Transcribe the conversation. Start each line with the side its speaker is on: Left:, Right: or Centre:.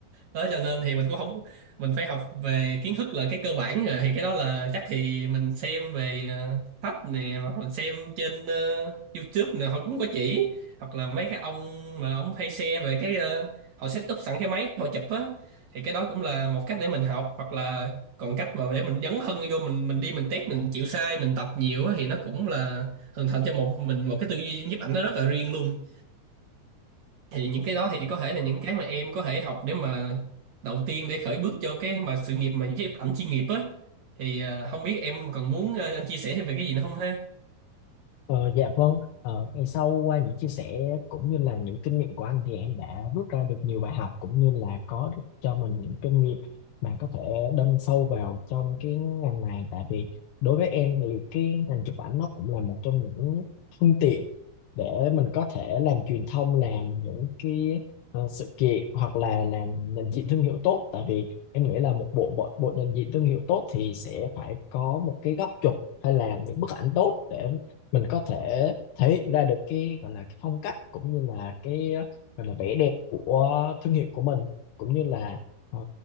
Right: đó cho nên thì mình cũng không mình phải học về kiến thức là cái cơ bản rồi thì cái đó là chắc thì mình xem về ờ, sách nè hoặc mình xem trên ờ, YouTube nè họ cũng có chỉ hoặc là mấy cái ông mà ông hay share về cái ờ, họ set up sẵn cái máy họ chụp á thì cái đó cũng là một cách để mình học hoặc là còn cách mà để mình dấn thân vô mình mình đi mình test mình chịu sai mình tập nhiều á thì nó cũng là hình thành cho một mình một cái tư duy nhiếp ảnh nó rất là riêng luôn thì những cái đó thì có thể là những cái mà em có thể học để mà đầu tiên để khởi bước cho cái mà sự nghiệp mà nhiếp ảnh chuyên nghiệp á thì à, không biết em còn muốn ờ, anh chia sẻ thêm về cái gì nữa không ha
Left: Ờ, dạ vâng, ờ, ngày sau qua những chia sẻ cũng như là những kinh nghiệm của anh thì em đã rút ra được nhiều bài học cũng như là có được cho mình những kinh nghiệm mà có thể đâm sâu vào trong cái ngành này tại vì đối với em thì cái ngành chụp ảnh nó cũng là một trong những phương tiện để mình có thể làm truyền thông, làm những cái ờ, sự kiện hoặc là làm nhận diện thương hiệu tốt tại vì em nghĩ là một bộ bộ, bộ nhận diện thương hiệu tốt thì sẽ phải có một cái góc chụp hay là những bức ảnh tốt để mình có thể thể hiện ra được cái gọi là cái phong cách cũng như là cái ờ, gọi là vẻ đẹp của thương hiệu của mình cũng như là ờ,